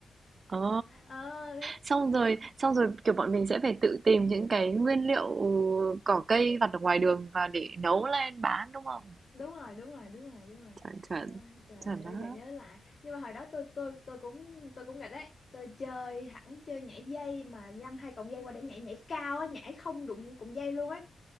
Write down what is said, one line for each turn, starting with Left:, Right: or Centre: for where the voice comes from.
Right: Ồ,
Left: ờ
Right: xong rồi xong rồi, kiểu, bọn mình sẽ phải tự tìm những cái nguyên liệu cỏ cây vặt ở ngoài đường và để nấu lên bán, đúng không?
Left: đúng rồi đúng rồi đúng rồi đúng rồi
Right: Chuẩn, chuẩn,
Left: đúng rồi. trời
Right: chuẩn
Left: ơi bây
Right: đó.
Left: giờ nhớ lại nhưng mà hồi đó tôi tôi tôi cũng tôi cũng nghịch đấy tôi chơi hẳn chơi nhảy dây mà găng hai cọng dây qua để nhảy nhảy cao á nhảy không đụng cọng dây luôn ấy